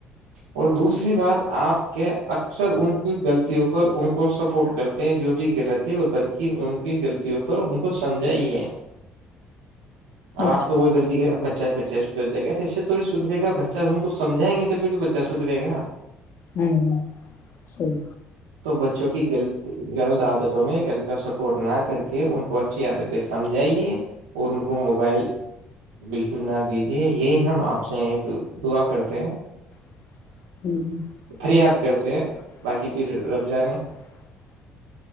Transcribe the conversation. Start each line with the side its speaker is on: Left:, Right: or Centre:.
Right: اور دوسری بات آپ کے اکثر ان کی غلطوں پر ان کو کو سپورٹ کرتے ہیں جو بھی غلط ہے اور بلکہ ان کی غلطیوں پر ان کو سمجھا ہی ہے اب آپ
Left: اچھا
Right: تو کوئی غلطی کری ب چاہے بچائے سدھر جائے گا ایےوڑ سدھے گا بچا ان کو سمجھیں گے تو بھی تو پچاس سترے گا
Left: ہوں صحیح
Right: تو بچوں کیط غلط عادتوں میں کرپیا سپورٹ نہ کر کے ان کو اچھا اچھی عادتیں سمجھائیے اور ان کو موبائل بالکل نہ دیجیے یہی ہم آپ سے ایک دعا کرتے ہیں
Left: <inaudible>
Right: فریاد کرتے ہیں باقی پھر رب جانے